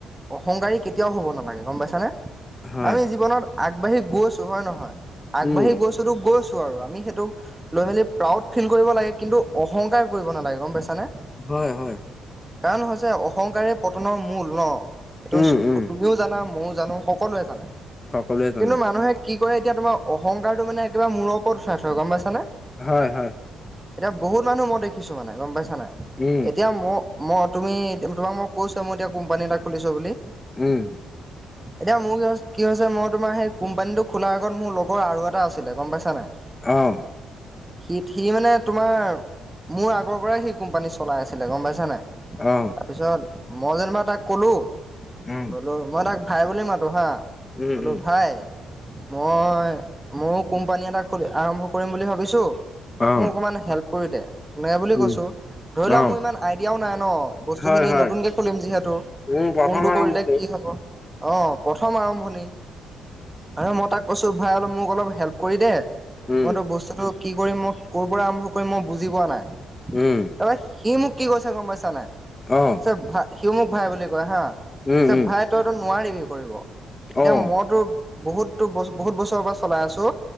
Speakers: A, on the right (about 15°); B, on the left (about 25°).
A: অহংকাৰী কেতিয়াও হ'ব নালাগে গম পাইছানে।
B: হয়।
A: আমি জীৱনত আগবাঢ়ি গৈছো হয় নহয়, আগবাঢ়ি
B: উম
A: গৈছো টো গৈ- ছো আৰু আমি সেইটোক লৈ মেলি প্ৰাউড ফিল কৰিব লাগে কিন্তু অহংকাৰ কৰিব নালাগে গম পাইছা নে।
B: হয় হয়।
A: কাৰণ হৈছে অহংকাৰে পতনৰ মূল ন। সেইটো
B: উম উম
A: তুমিও জানা মইয়ো জানো সকলোৱে জানে।
B: সকলোৱে জানে
A: কিন্তু মানুহে কি কৰে এতিয়া তোমাৰ অংকাৰটো মানে একেবাৰে মূৰ ওপৰত উঠাই থয় গম পাইছানে।
B: হয় হয়।
A: এতিয়া বহুত মানুহ মই দেখিছো মানে গম পাইছা নাই।
B: উম
A: এতিয়া মোৰ মই তুমি তোমাক মই কৈছোৱে মই এতিয়া কোম্পানী এটা খুলিছো বুলি
B: উম।
A: এতিয়া মোৰ কি হৈছ কি হৈছে মই তোমাৰ সেই কোম্পানীটো খোলাৰ আগত মোৰ লগৰ আৰু এটা আছিলে গম পাইছা নাই।
B: অঁ।
A: সি সি মানে তোমাৰ মোৰ আগৰ পৰাই সি কোম্পানী চলাই আছিলে গম পাইছ নাই।
B: অ
A: তাৰপিছত মই যেনিবা তাক কলো,
B: উম
A: বোলো মই তাক ভাই বুলি মাতোঁ হাঁ,
B: উম
A: ক'লো
B: উম
A: ভাই মই মইয়ো কোম্পানী এটা খুলি আৰম্ভ কৰিম বুলি ভাবিছোঁ,
B: অ
A: মোক অকণমান হেল্প কৰি দে তেনেকে বুলি
B: উম
A: কৈছোঁ, ধৰি লোৱা
B: অ
A: মোৰ ইমান আইডিয়াও নাই ন বস্তুখিনি
B: হয় হয়
A: নতুনকে খুলিম যিহেতু।
B: উম, প্ৰথম
A: কোনটো
B: আৰম্ভণি।
A: কৰিলে কি হব, আহ প্ৰথম আৰম্ভণি। তাৰ পিছত মই তাক কৈছোঁ ভাই অলপ মোক অলপ হেল্প কৰি দে
B: উম,
A: মইতো বস্তুটো কি কৰিম মই কৰ পৰা আৰম্ভ কৰিম মই বুজি পোৱা নাই।
B: উম।
A: তাৰ পা সি মোক কি কৈছে গম পাইছা নাই
B: অঁ।
A: চ ভাই সিও মোক ভাই বুলি কয় হা,
B: উম,
A: চা
B: উম,
A: ভাই তইতো নোৱাৰিবি কৰিব। এতিয়া
B: অ',
A: মইতো বহুতো ব বহুত বছৰৰ পৰা চলাই আছো।